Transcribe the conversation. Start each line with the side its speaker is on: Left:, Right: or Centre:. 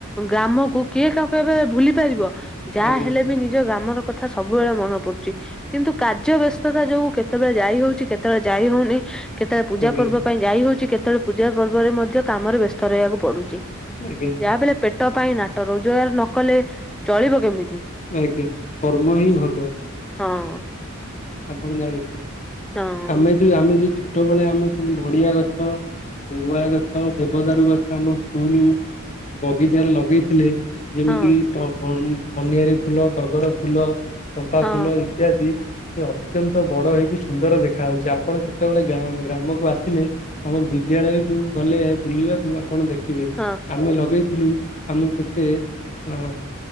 Centre: ଗ୍ରାମକୁ କିଏ କାହକୁ କେବେ ଭୁଲି ପାରିବ। ଯାହା
Left: ଆଜ୍ଞା
Centre: ହେଲେ ବି ନିଜ ଗ୍ରାମର କଥା ସବୁବେଳେ ମନେ ପଡୁଛି। କିନ୍ତୁ କାର୍ଯ୍ୟ ବ୍ୟସ୍ତତା ଯୋଗୁ କେତେବେଳେ ଯାଇ ହୋଉଛି। କେତେବେଳେ ଯାଇ ହୋଉନି। କେତେବେଳେ ପୂଜା
Left: ଆଜ୍ଞା ଆଜ୍ଞା
Centre: ପର୍ବ ପାଇଁ ଯାଇ ହଉଛି। କେତେବେଳେ ପୂଜା ପର୍ବରେ ମଧ୍ୟ କାମରେ ବ୍ୟସ୍ତ ରହିବାକୁ ପଡୁଛି।
Left: ଆଜ୍ଞା।
Centre: ଯାହା ବି ହେଲେ ପେଟ ପାଇଁ ନାଟ। ରୋଜଗାର ନ କଲେ ଚଳିବ କେମିତି?
Left: ଆଜ୍ଞା। କର୍ମ ହିଁ ଭଗବାନ୍।
Centre: ହଁ।
Left: ଆପଣ ଜାଣି ଥିବେ
Centre: ହଁ
Left: ଆମେ ଯୋଉ ଆମେ ଯୋଉ ଛୋଟବେଳେ ଆମେ ସ ନଡିଆ ଗଛ ଗୁଆ ଗଛ, ଦେବଦାରୁ ଗଛ, ଆମ ସ୍କୁଲ୍ ବଗିଚାରେ ଲଗେଇଥିଲେ। ଯେମିତି
Centre: ହଁ
Left: କିି ଟ କନ- କନିଆରୀ ଫୁଲ, ଟଗର ଫୁଲ, ଚମ୍ପା
Centre: ହଁ
Left: ଫୁଲ ଇତ୍ୟାଦି ସେ ଅତ୍ୟନ୍ତ ବଡ ହେଇକି ସୁନ୍ଦର ଦେଖାଯାଉଛି। ଆପଣ କେତେବେଳେ ଗା ଗ୍ରାମକୁ ଆସିଲେ ଆମ ବିଦ୍ୟାଳୟକୁ ଗଲେ ବୁଲିବାକୁ ଆପଣ ଦେଖିବେ।
Centre: ହଁ
Left: ଆମେ ଲଗେଇ ଥିଲ, ଆମକୁ କେତେ ଅ